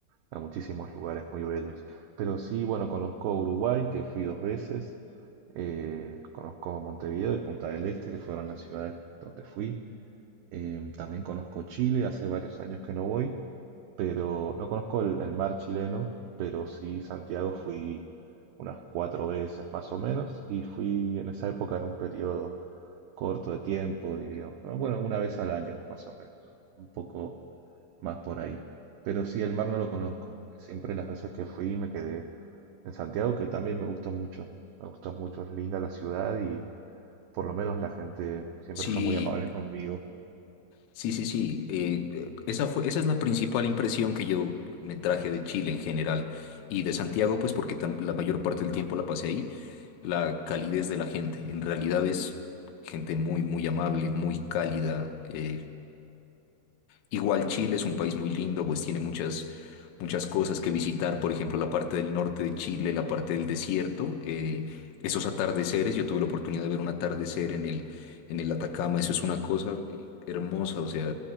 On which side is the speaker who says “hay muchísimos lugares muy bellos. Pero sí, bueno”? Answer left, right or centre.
Right